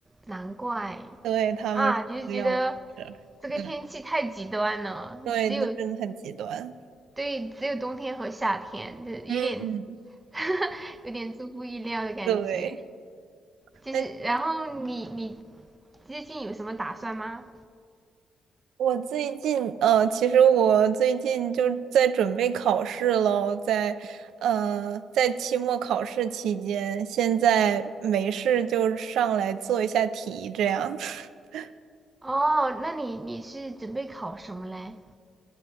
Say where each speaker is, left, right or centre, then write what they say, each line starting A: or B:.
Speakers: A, on the right; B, on the right.
A: 难怪
B: 对，他们说不要我在这儿，
A: 啊，就是觉得这个天气太极端了，
B: 嗯，对，
A: 只有
B: 那真的很极端。
A: 对，只有冬天和夏天，就有点
B: 嗯，
A: <laughs> 有点出乎意料的感觉。
B: 对。
A: 就是，
B: 那。
A: 然后你你最近有什么打算吗？
B: 我最近，呃，其实我最近就在准备考试喽，在，呃，在期末考试期间，现在没事就上来做一下题，这样。<laughs>
A: 哦，那你你是准备考什么嘞？